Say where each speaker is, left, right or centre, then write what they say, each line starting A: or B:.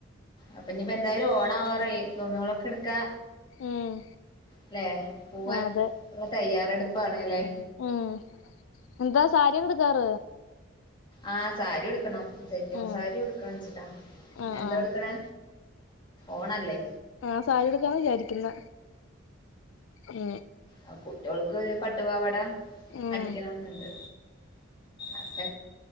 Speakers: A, on the left; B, on the left.
A: അപ്പോ ഇനിയിപ്പോ എന്തായാലും ഓണാവാറായി, ഇനിപ്പോ തുണി ഒകെ എടുക്കാ.
B: ഉം
A: അല്ലെ പോവാൻ
B: ആഹ് അതെ
A: ഉള്ള- തയ്യാറെടുപ്പാണല്ലേ.
B: ഉം എന്താ സരിയയെടുകാർ?
A: ആഹ സാരി എടുക്കണം. സെറ്റും
B: ഉം
A: സാരി ഉടുക്ക വെച്ചിട്ടാ.
B: ആഹ്
A: എന്താ
B: ആഹ്
A: ഉടുക്കണേ ഓണല്ലേ?
B: ആ സാരി എടുക്കന്ന് വിചാരിക്കുന്ന ഉ...
A: ആ കുട്ടികൾക്ക്ഒരു പട്ടുപാവാട
B: ഉം
A: അടിക്കണം എന്നുണ്ട്. അപ്പ